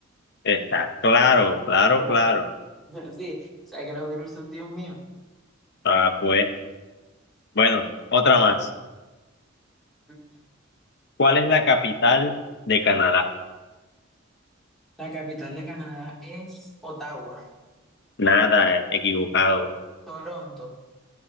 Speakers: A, on the left (about 55°); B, in the centre.
A: está claro, claro,
B: Ya.
A: claro.
B: <laughs> Sí, o sea que los Beatles son tíos míos.
A: Ah, pues, bueno, otra más.
B: Ujú.
A: ¿Cuál es la capital de Canadá?
B: La capital de Canadá es Ottawa.
A: Nada, equivocado.
B: Toronto.